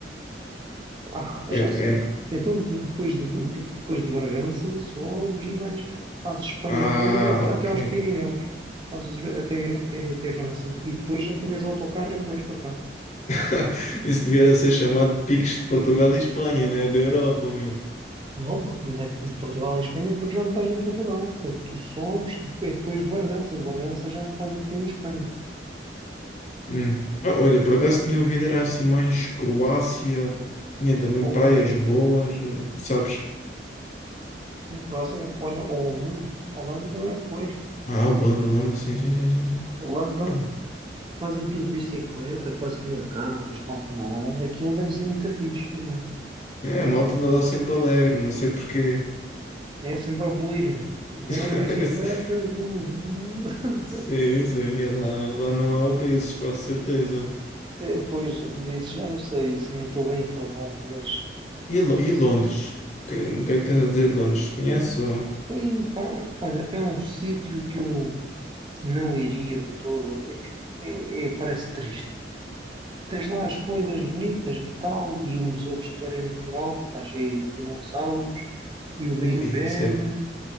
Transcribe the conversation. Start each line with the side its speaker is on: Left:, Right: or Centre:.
Right: Ah,
Left: É,
Right: já
Left: é...
Right: sei. Então de- depois de, tipo, depois de Bargança, sobes e vais, fazes Espanha
Left: Ah,
Right: toda até
Left: ok.
Right: aos Pirineus, fazes até, até, até França e depois apanhas o autocarro e vais para cá.
Left: <laughs> Isso devia ser chamado picos de Portugal e Espanha, né? Da Europa, meu.
Right: Não, porque não é de Portugal em Espanha, porque já não estás em Portugal, porque tu sobes depois, depois de Bargança, de Bargança já é quase que é em Espanha.
Left: Hum. Ah, olha, por acaso tinha ouvido, era assim mais Croácia, tinha também
Right: Ou,
Left: praias boas, né, sabes?
Right: sim, para ser, olha, ou Holanda. Holanda também é porreiro.
Left: Ah, Holanda, Holanda, sim, sim, sim, sim, sim.
Right: Holanda
Left: Pá.
Right: fazem tudo de bicicleta, quase que não há carros, quase que não há nada. Aquilo deve ser muito fixe, também.
Left: É, a malta anda lá sempre alegre, não sei porquê.
Right: É sempre a bolir. Pegam
Left: <laughs>
Right: na bicicleta, aquilo. <laughs>
Left: Sim, sim, é lá, lá não há obesos, com certeza.
Right: Depois disso, já não sei se não estou bem informado, mas.
Left: E, Lo- e Londres? O que, o que é que tens a dizer de Londres? Conheço?
Right: E, pá, olha, é um sítio que eu não iria de todo. É que é- é- parece triste. Tens lá as coisas bonitas e tal, e o Museu de História Natural, que está cheio de dinossauros, e o Big
Left: Ui,
Right: Ben,
Left: isso é...